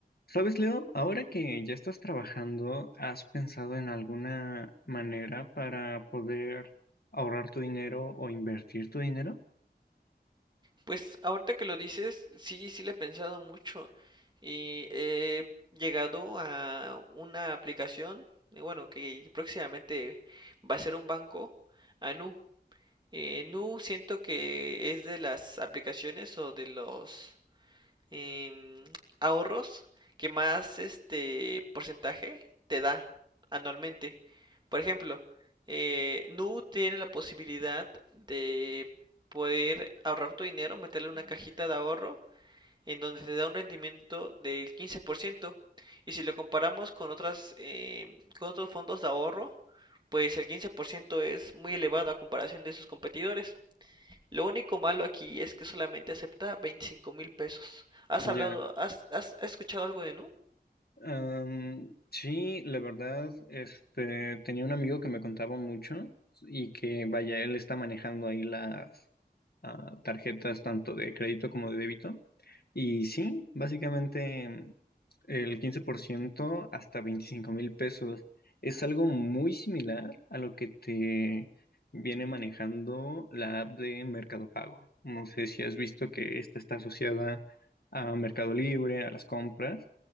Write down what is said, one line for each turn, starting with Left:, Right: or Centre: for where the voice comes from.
Left: ¿Sabes, Leo? Ahora que ya estás trabajando, ¿has pensado en alguna manera para poder ahorrar tu dinero o invertir tu dinero?
Right: Pues ahorita que lo dices, sí, sí le he pensado mucho y he llegado a una aplicación, eh, bueno, que próximamente va a ser un banco, a Nu. Eh, Nu siento que es de las aplicaciones o de los em, ahorros que más este porcentaje te da anualmente. Por ejemplo, eh, Nu tiene la posibilidad de poder ahorrar tu dinero, meterle en una cajita de ahorro en donde te da un rendimiento del 15%. Y si lo comparamos con otras em, con otros fondos de ahorro, pues el 15% es muy elevado a comparación de sus competidores. Lo único malo aquí es que solamente acepta 25 mil pesos. ¿Has
Left: Ya.
Right: hablado, has, has, has escuchado algo de Nu?
Left: Am, sí, la verdad, este, tenía un amigo que me contaba mucho y que, vaya, él está manejando ahí las ah, tarjetas tanto de crédito como de débito. Y sí, básicamente el 15% hasta veinticinco mil pesos es algo muy similar a lo que te viene manejando la app de Mercado Pago. No sé si has visto que esta está asociada a Mercado Libre, a las compras,